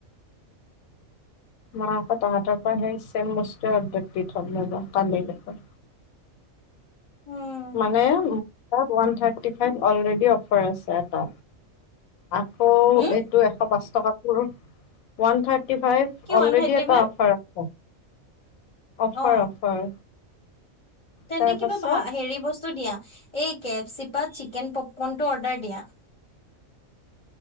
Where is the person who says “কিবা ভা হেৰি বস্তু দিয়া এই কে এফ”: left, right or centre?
Left